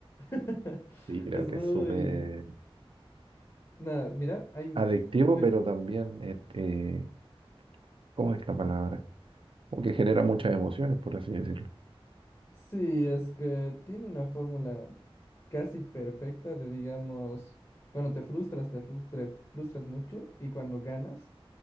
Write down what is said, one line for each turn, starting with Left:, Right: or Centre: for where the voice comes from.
Left: <laughs>
Right: Sí, creo
Left: Es muy...
Right: que es súper
Left: Nada, mira, hay...
Right: adictivo,
Left: Yo...
Right: pero también, eh, eh, ¿cómo es la palabra? Como que genera muchas emociones, por así decirlo.
Left: Sí, es que tiene una fórmula casi perfecta de, digamos, cuando te frustras, te, frus- te frustras mucho y cuando ganas,